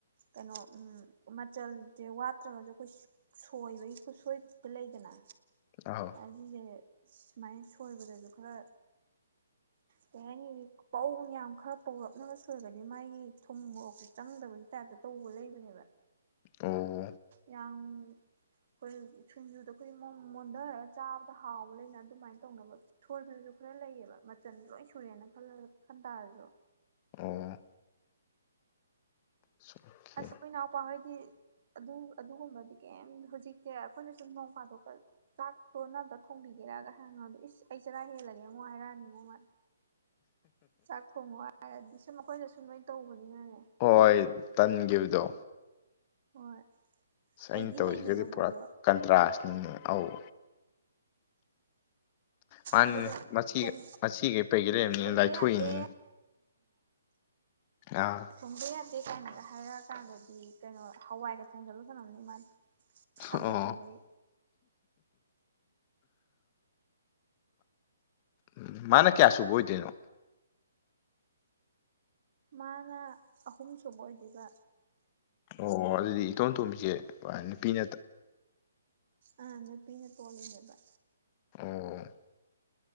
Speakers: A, on the right (about 50°); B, on the left (about 30°).
A: ꯀꯩꯅꯣ ꯎꯝ ꯃꯆꯜꯁꯦ ꯋꯥꯠꯇ꯭ꯔꯒꯁꯨ ꯑꯩꯈꯣꯏ ꯁꯣꯏꯕꯒꯤ ꯈꯨꯠꯁꯣꯏꯗ ꯂꯩꯗꯅ
B: ꯑꯧ
A: ꯑꯁꯤꯁꯦ ꯁꯨꯃꯥꯏꯅ ꯁꯣꯏꯕꯗꯁꯨ ꯈꯔ ꯀꯩ ꯍꯥꯏꯅꯤ ꯄꯧ ꯌꯥꯝꯌꯥꯝ ꯈꯔ ꯄꯧꯔꯞꯅꯕ ꯁꯣꯏꯨꯔꯒꯗꯤ ꯃꯥꯒꯤ ꯊꯨꯝ ꯃꯣꯔꯣꯛꯁꯦ ꯆꯪꯗꯕꯒꯤ ꯇꯥꯏꯞꯇ ꯇꯧꯕ ꯂꯩꯕꯅꯦꯕ
B: ꯑꯣ
A: ꯌꯥꯝ ꯑꯩꯈꯣꯏ ꯁꯤꯡꯖꯨꯗꯣ ꯑꯩꯈꯣꯏ ꯃꯣꯟꯊꯔꯒ ꯆꯥꯕꯗ ꯍꯥꯎꯕ ꯂꯩꯅ ꯑꯗꯨꯃꯥꯏꯅ ꯇꯧꯅꯕ ꯁꯣꯢꯕꯗꯨꯁꯨ ꯈꯔ ꯂꯩꯌꯦꯕ ꯃꯆꯟ ꯂꯣꯏ ꯁꯨꯔꯦꯅ ꯈꯜꯂ ꯈꯜꯇꯥꯔꯁꯨ
B: ꯑꯣ ꯑꯣꯀꯦ
A: ꯑꯁ ꯑꯩꯈꯣꯏ ꯢꯅꯧꯄ ꯈꯣꯢꯗꯣ ꯑꯗꯨ ꯑꯗꯨꯒꯨꯝꯕꯗꯤ ꯀꯩꯝ ꯍꯧꯖꯤꯛꯇꯤ ꯑꯩꯈꯣꯏꯅ ꯁꯨꯝ ꯅꯣꯡ ꯐꯥꯗꯣꯛꯀ ꯆꯥꯛꯇꯣ ꯅꯪ ꯑꯝꯇ ꯊꯣꯡꯕꯤꯒꯦꯔꯥꯒ ꯍꯥꯏꯔ ꯍꯪꯉꯗꯤ ꯑꯗꯨ ꯏꯁ ꯑꯩ ꯆꯔꯥ ꯍꯦꯜꯂꯒꯦ ꯑꯃꯨꯛ ꯍꯥꯏꯔꯛꯑꯅꯤꯉꯣ ꯃꯥ ꯆꯥꯛ ꯊꯣꯡꯉꯣ ꯍꯥꯏꯔꯗꯤ ꯁꯨꯝ ꯑꯩꯈꯣꯏꯅ ꯁꯨꯝ ꯂꯣꯏ ꯇꯧꯕꯅꯤꯅꯅꯦ
B: ꯍꯣꯏ ꯇꯟꯈꯤꯕꯗꯣ
A: ꯍꯣꯏ
B: ꯑꯁ
A: ꯍꯩꯗꯤ
B: ꯑꯩꯅ ꯇꯧꯔꯤꯁꯤꯒꯗꯤ
A: ꯍꯩꯅꯦꯕ
B: ꯄꯨꯔꯥ
A: ꯃꯣꯏꯁꯨ
B: ꯀꯟꯇ꯭ꯔꯥꯁꯅꯤꯅꯦ ꯑꯧ ꯃꯥꯅꯤꯅꯦ
A: ꯑꯗꯨꯒ
B: ꯃꯆꯦ
A: ꯊꯣꯡ
B: ꯃꯆꯦ ꯀꯩ ꯄꯩꯉꯩ ꯂꯩꯔꯝꯅꯤꯅ
A: ꯊꯣꯡꯗ
B: ꯂꯥꯏꯊꯣꯛꯏꯅꯤ
A: ꯌꯥꯗꯦ
B: ꯑꯥ
A: ꯊꯣꯡꯗ ꯌꯥꯗꯦ ꯀꯥꯏꯅꯗ ꯍꯥꯏꯔꯛꯑꯀꯥꯟꯗꯗꯤ ꯀꯩꯅꯣ ꯍꯋꯥꯏꯒ ꯊꯣꯡꯖꯜꯂ ꯊꯥꯅꯝꯅꯤ ꯃꯥꯗꯤ ꯁꯝꯕ
B: ꯑꯣ
A: ꯊꯤꯕꯒꯤ
B: ꯎꯝ ꯃꯥꯅ ꯀꯌꯥ ꯁꯨꯕ ꯑꯣꯏꯗꯣꯏꯅꯣ
A: ꯃꯥꯅ ꯑꯍꯨꯝꯁꯨꯨꯕ ꯑꯣꯏꯗꯨꯢꯕ
B: ꯑꯣ ꯑꯣ ꯑꯗꯨꯗꯤ ꯏꯇꯣꯝꯇꯣꯝꯕꯤꯁꯦ ꯅꯨꯄꯤꯅ
A: ꯑ ꯅꯨꯄꯤꯅ ꯇꯣꯜꯂꯤꯅꯦꯕ
B: ꯑꯣ